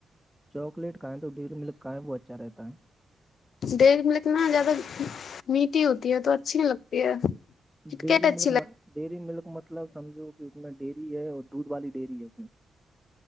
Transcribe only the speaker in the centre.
چاکلیٹ کھائیں تو ڈیری ملک کھائیں وہ اچھا رہتا ہے
ڈیری
ملک
ڈیری ملک مطلب سمجھو کی اس میں ڈیری ہے اور دودھ والی ڈیری ہے اس میں